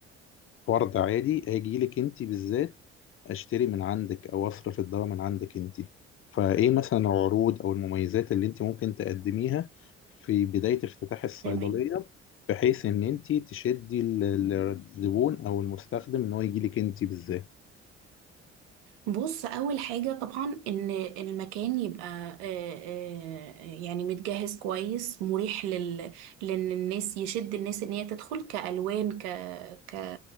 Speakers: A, on the left; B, on the right.
A: فرد عادي هاجي لك انت بالذات اشتري من عندك او اصرف الدواء من عندك انت فايه مثلا العروض او المميزات اللي انت ممكن تقدميها في بداية افتتاح الصيدلية
B: تمام
A: بحيث ان انت تشدي ال- ال- الزبون او المستخدم ان هو يجي لك انت بالذات
B: بص اول حاجه طبعا ان المكان يبقى آه، آه، يعني متجهز كويس مريح لل لان الناس يشد الناس ان هي تدخل كالوان ك ك